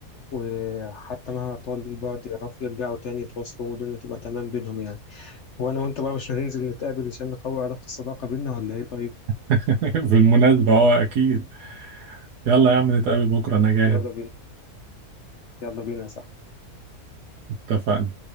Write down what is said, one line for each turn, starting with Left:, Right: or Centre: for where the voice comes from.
Left: وحتى مهما طال البعد يعرفوا يرجعوا تاني يتواصلوا والدنيا تبقى تمام بينهم يعني وأنا وأنت بقى مش هننزل نتقابل عشان نقوي علاقة الصداقة بينا ولا إيه طيب
Right: <laughs> بالمناسبة اه اكيد يلا يا عم نتقابل بكرة انا جاهز
Left: يلا بينا يلا بينا صح
Right: اتفقنا